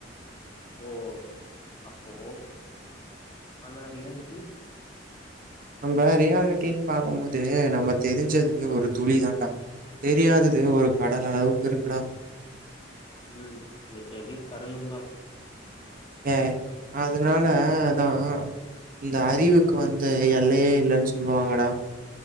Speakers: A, on the left; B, on the right.
A: ஓ அப்போ ஆனா ஈது ஏன் க்கி
B: நம்ம ரியாலிட்டின்னு பாக்கும் போது நம்ம தெரிஞ்சதுக்கு ஒரு துளி தான்டா தெரியாதது ஒரு கடல் அளவுக்கு இருக்குடா
A: உம் நெட்டடி கடலுந்தா
B: ஏ அதனால அதா இந்த அறிவுக்கு வந்து எல்லையே இல்லன்னு சொல்லுவாங்கடா